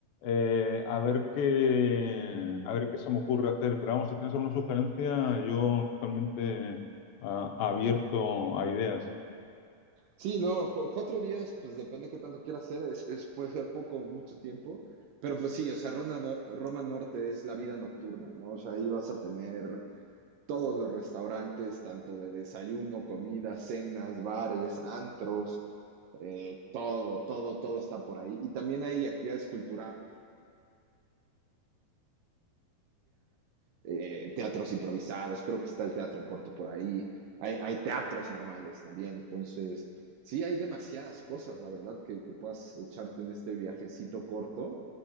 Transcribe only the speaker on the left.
eh, a ver qué, a ver qué se me ocurre hacer. Pero vamos, si tienes alguna sugerencia, yo totalmente ah, abierto a ideas.